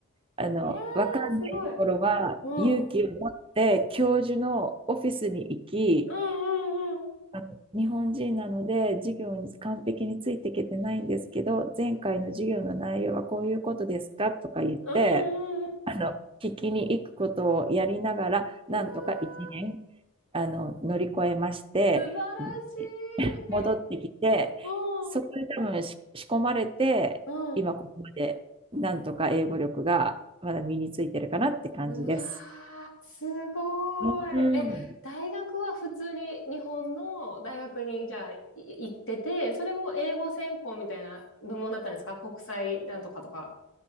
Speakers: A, on the right; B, on the left.
A: あの、
B: いやー、
A: わかんないところは勇気を持って、
B: すごい。うん。うん
A: 教授のオフィスに行き、
B: うんうん。
A: あの日本人なので授業に完璧についていけてないんですけど、前回の授業の内容はこういうことですかとか言って、
B: うんうんうん。
A: あの、聞きに行くことをやりながら、
B: いやー
A: なんとか1年、あの、乗り越えまして、
B: 素晴らしい。
A: で戻ってきて、
B: うん、
A: そこで多分し仕込まれて、
B: うん。
A: 今ここまでなんとか英語力がまだ身についてるかなって感じです。
B: うわー、すごい。
A: うん
B: え、大学は普通に日本の大学にじゃあい行ってて、それも英語専攻みたいな部門だったんですか国際なんとかとか。